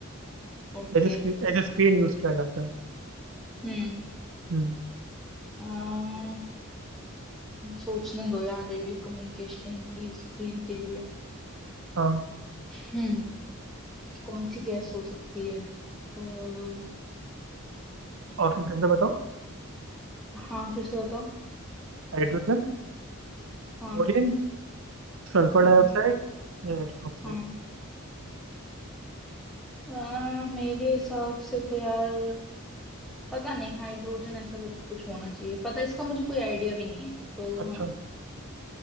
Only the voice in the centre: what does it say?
ओके
हम्म
अम, सोचने दो यार रेडियो कम्युनिकेशन की स्क्रीन के लिए
हम्म कौन सी गैस हो सकती है अः
हाँ फिर से बताओ
हाँ
हाँ
हाँ अ, मेरे हिसाब से तो यार पता नहीं हाइड्रोजन ऐसा कर कुछ होना चाहिए पता इसका मुझे कोई आइडिया भी नहीं है तो
हाँ